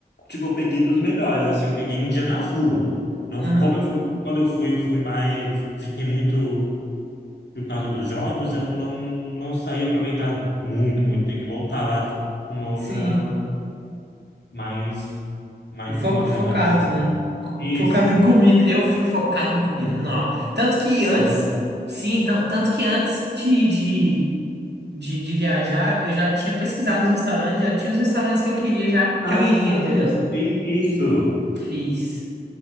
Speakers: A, on the left (about 85°); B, on the right (about 80°).
A: Tipo, eu peguei dos melhores, assim. Eu peguei um dia na rua. Não,
B: Aham.
A: como eu fui... Quando eu fui, eu fui mais... Fiquei muito por causa dos jogos, eu não, não saí aproveitado muito, muito. Tem que voltar lá com uma outra
B: Sim.
A: mais, mais
B: O fo-
A: com uma visão
B: focado,
A: mais da cidade.
B: né? Co-
A: Isso,
B: Focado em comida. Eu fui focado em comida. Não. Tanto que
A: sério?
B: antes. Sim, então tanto que antes de, de, de, de viajar, eu já tinha pesquisado os restaurantes, já tinha os restaurantes que eu queria, já que
A: Ah,
B: eu iria, entendeu?
A: você fez isso.
B: Fiz,